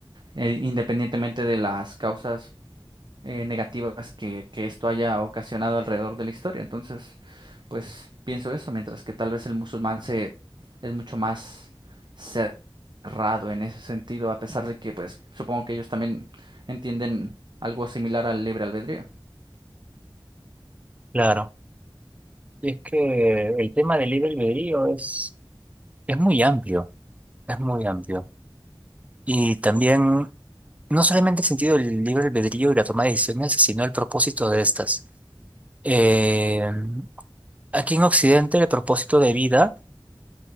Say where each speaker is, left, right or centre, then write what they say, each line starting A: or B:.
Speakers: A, on the right; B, on the right.
A: eh, independientemente de las causas eh, negativas que, que esto haya ocasionado alrededor de la historia. Entonces, pues pienso eso, mientras que tal vez el musulmán se es mucho más cerrado en ese sentido, a pesar de que, pues, supongo que ellos también entienden algo similar al libre albedrío.
B: Claro. Y es que el tema del libre albedrío es, es muy amplio, es muy amplio. Y también, no solamente el sentido del libre albedrío y la toma de decisiones, sino el propósito de estas. Eh, aquí en Occidente, el propósito de vida